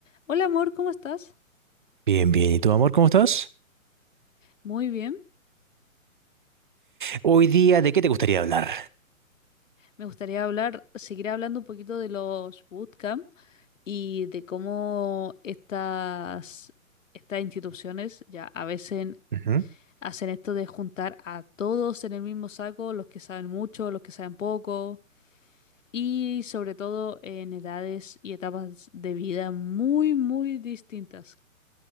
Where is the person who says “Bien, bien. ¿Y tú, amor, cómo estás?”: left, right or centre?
Right